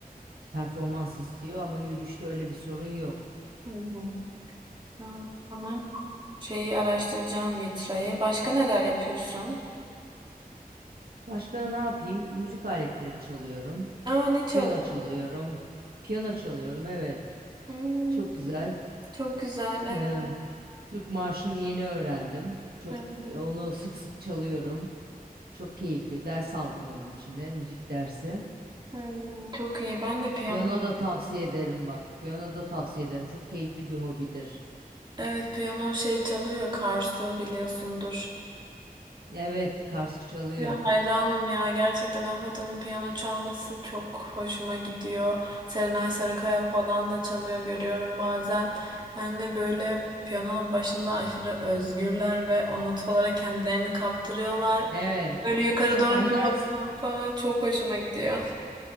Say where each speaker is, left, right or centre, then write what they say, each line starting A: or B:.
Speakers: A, on the right; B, on the right.
A: Performans istiyor ama yürüyüşte öyle bir sorun yok.
B: Hı hı. Aa, tamam. Şeyi araştıracağım vitrayı. Başka neler yapıyorsun?
A: Başka ne yapayım? Müzik aletleri çalıyorum.
B: Aa ne çalıyorsun?
A: Piyano çalıyorum. Piyano çalıyorum evet.
B: Hmm,
A: Çok güzel.
B: çok güzel. Evet.
A: Ee, Türk marşını yeni öğrendim. Çok
B: Hı hı.
A: e, onu sık sık çalıyorum. Çok keyifli. Ders aldım onun içinde müzik dersi.
B: Hmm, çok iyi. Ben de piyano
A: Piyano da tavsiye ederim bak. Piyano da tavsiye ederim. Çok keyifli bir hobidir.
B: Evet piyano şey çalıyor Karsu biliyorsundur.
A: Evet, Karsu çalıyor.
B: Ya hayranım ya gerçekten o kadının piyano çalması çok hoşuma gidiyor. Serenay Sarıkaya falan da çalıyor görüyorum bazen. Yani böyle piyanonun başında aşırı özgürler ve o notalara kendilerini kaptırıyorlar.
A: Evet.
B: Böyle yukarı
A: Onların
B: doğru bir bakıyorlar falan çok hoşuma gidiyor.